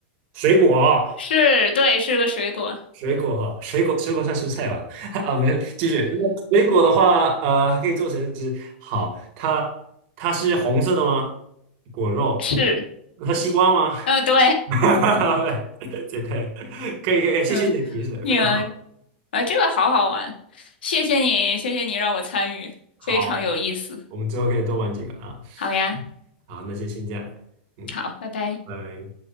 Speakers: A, on the right; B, on the left.
A: 水果。
B: <laughs> 是，对，是个水果，
A: 水果哈，水果水果算蔬菜吧？<laughs> 啊，没有，继续。那水果的话，呃，它可以做成汁。好，它它是红色的吗？果肉，
B: 是。
A: 它西瓜吗？<laughs>
B: 呃，对，
A: 哈哈哈，简单，可以可以，
B: <laughs>
A: 可以谢谢你的提示，
B: 嗯，你啊，
A: 非常好。
B: 啊，这个好好玩，谢谢你，谢谢你让我参与，
A: 好，
B: 非常有意思。
A: 我们之后可以多玩几个啊。
B: 好呀，
A: 好，那就先这样，嗯，
B: 好，拜拜。
A: 拜拜。